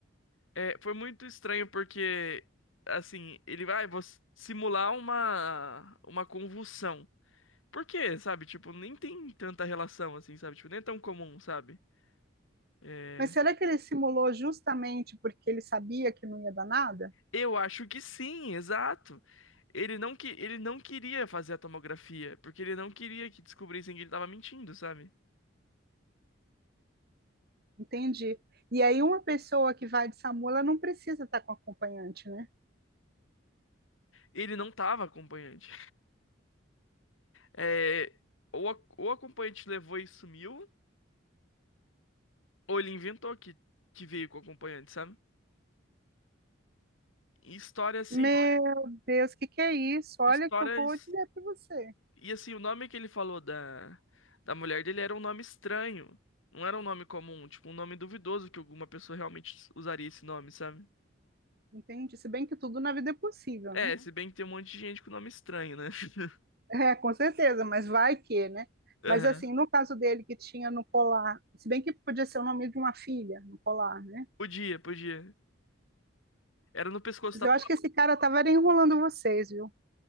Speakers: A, on the left; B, on the right.
A: é, foi muito estranho porque, assim, ele vai vou simular uma, uma convulsão. Por quê, sabe? Tipo, nem tem tanta relação, assim, sabe? Tipo, nem é tão comum, sabe? É,
B: Mas será que ele simulou justamente porque ele sabia que não ia dar nada?
A: Eu acho que sim, exato. Ele não, que... ele não queria fazer a tomografia, porque ele não queria que descobrissem que ele tava mentindo, sabe?
B: Entendi. E aí, uma pessoa que vai de SAMU, ela não precisa estar com acompanhante, né?
A: Ele não tava acompanhante. É, ou, a- ou o acompanhante levou e sumiu, ou ele inventou que, que veio com o acompanhante, sabe? E história assim,
B: Meu Deus, o que que é isso? Olha
A: histórias.
B: o que eu vou dizer para você,
A: E assim, o nome que ele falou da, da mulher dele era um nome estranho. Não era um nome comum, tipo, um nome duvidoso que alguma pessoa realmente usaria esse nome, sabe?
B: entende? Se bem que tudo na vida é possível,
A: É,
B: né?
A: se bem que tem um monte de gente com nome estranho, né? <laughs>
B: É, com certeza, mas vai que, né?
A: Aham.
B: Mas assim, no caso dele que tinha no colar, se bem que podia ser o nome de uma filha no colar, né?
A: Podia, podia. Era no pescoço
B: Mas
A: tá
B: eu acho que esse cara estava enrolando vocês, viu?